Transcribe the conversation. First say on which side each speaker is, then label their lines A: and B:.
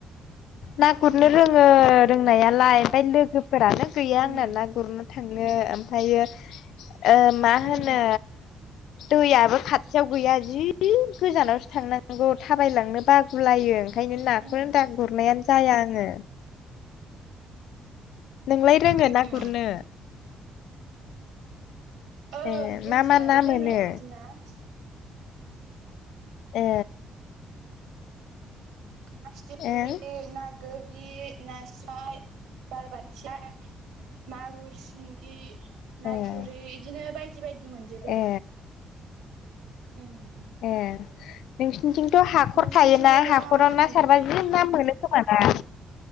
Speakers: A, on the left; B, on the right.
A: ना गुरनो रोङो रोंनायालाय ओमफ्राय लोगो फोरानो गैया
B: उम
A: आंना ना गुरनो थांनो ओमफ्रायो ओ मा होनो
B: उम
A: दैयाबो खाथियाव गैया जि गोजानावसो थांनांगौ थाबायलांनो बागुलायो ओंखायनो नाखौ
B: उम
A: दा गुरनायानो जाया आङो नोंलाय रोङो
B: उम
A: ना गुरनो
B: ओं
A: ए
B: जोंथिं
A: मा मा
B: आरो
A: ना
B: दैमायाबो
A: मोनो
B: खाथिना ना
A: ए
B: ना फिथिग्रि
A: ओं
B: ना गो रि नास्राय बालबाथिया मागुर सिंगि ना
A: ए
B: थुरि इदिनो बायदि बायदि मोनजोबो
A: ए
B: उम
A: ए नोंसिनिथिंथ' हाखर
B: नोंसिनिथिंजायलाय
A: थायोना हाखराव
B: मा मा मोनो?
A: ना सारबा बिदि ना मोनो खो माना